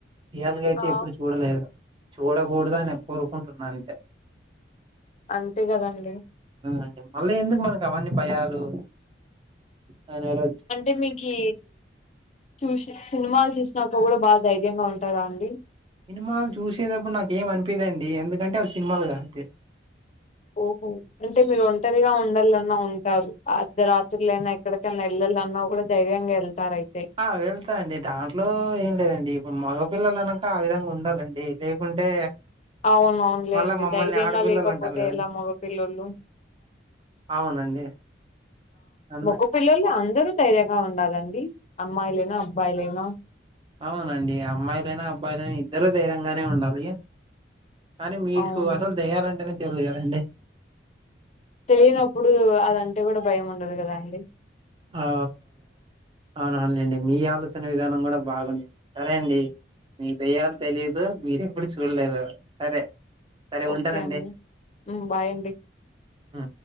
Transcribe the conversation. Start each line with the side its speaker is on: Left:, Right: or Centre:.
Right: రియాల్గా అయితే
Left: ఆ
Right: ఎప్పుడు చూడలేదు. చూడకూడదు అని కోరుకుంటున్నా అంతే
Left: అంతే కదండి
Right: అండి మళ్ళీ ఎందుకు మనకు అవన్నీ భయాలు దానివల
Left: అంటే మీకీ చూసి సినిమాలు చూసినాక కూడా బా ధైర్యంగా ఉంటాదా అండి
Right: సినిమాలు చూసేటప్పుడు నాకు ఏం అనిపియదండి ఎందుకంటే అవి సినిమాలు కాబట్టి
Left: ఓహో అంటే మీరు ఒంటరిగా ఉండాలన్నా ఉంటారు అర్ధ రాత్రులు అయిన ఎక్కడికైనా వెళ్ళాలన్నా కూడా ధైర్యంగా వెళ్తా తారైతాయి
Right: ఆ వెళ్తా అండి దాంట్లో ఏం లేదండి ఇప్పుడు మగ పిల్లలు అనంక ఆ విధంగా ఉండాలండి లేకుంటే
Left: అవును అవునులేండి
Right: మళ్ళా మమ్మల్ని
Left: ధైర్యంగా
Right: ఆడపిల్లలు
Left: లేకపోతే
Right: అంటారు కదండి
Left: ఎలా మగపిల్లలు
Right: అవునండి అన్న
Left: మగ పిల్లలు అందరూ ధైర్యగా ఉండాలండి అమ్మాయిలైనా అబ్బాయిలైనా
Right: అవునండి అమ్మాయిలైనా అబ్బాయిలైనా ఇద్దరు ధైర్యంగానే ఉండాలి కానీ మీకు
Left: అవును
Right: అసలు దయాలంటేనే తెలియదండి
Left: తెలియనప్పుడు అదంటే కూడా భయం ఉండదు గదండి
Right: ఆ అవునవునులేండి మీ ఆలోచన విధానం గూడా బాగుంది సరే అండి మీకు దయ్యాలు తెలీదు మీరు ఎప్పుడు చూడలేదు సరే సరే
Left: ఓకే
Right: ఉంటానండి
Left: అండి ఉమ్ బాయ్ అండి
Right: హ్మ్.